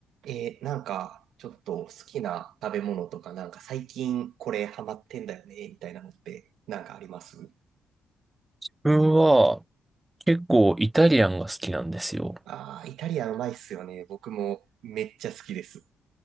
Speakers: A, on the right; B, on the right.
A: えーなんか、ちょっと好きな食べ物とか、なんか最近これハマってんだよね、みたいなのってなんかあります
B: 自分は結構イタリアンが好きなんですよ。
A: ああー、イタリアンうまいっすよね。僕もめっちゃ好きです。